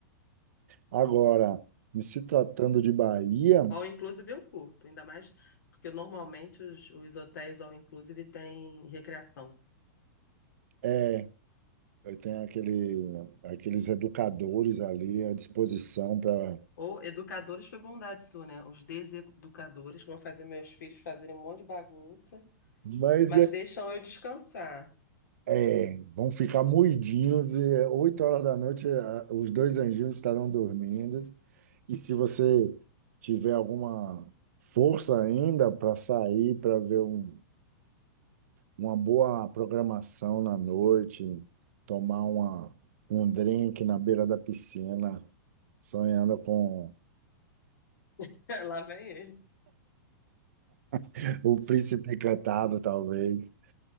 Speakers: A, on the right; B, on the left.
A: Agora, em se tratando de Bahia,
B: All inclusive eu curto, ainda mais porque normalmente os, os hotéis all inclusive têm recreação.
A: é, Eu tenho aquele, aqueles educadores ali à disposição para.
B: Ou educadores foi bondade sua, né? Os deseducadores que vão fazer meus filhos fazerem um monte de bagunça,
A: Mas
B: mas
A: é,
B: deixam eu descansar.
A: é, vão ficar moidinhos e é, oito horas da noite a- os dois anjinhos estarão dormindo. E se você tiver alguma força ainda para sair, para ver um- uma boa programação na noite, tomar uma, um drink na beira da piscina, sonhando com
B: <laughs> Lá vem ele.
A: <laughs> o príncipe encantado, talvez.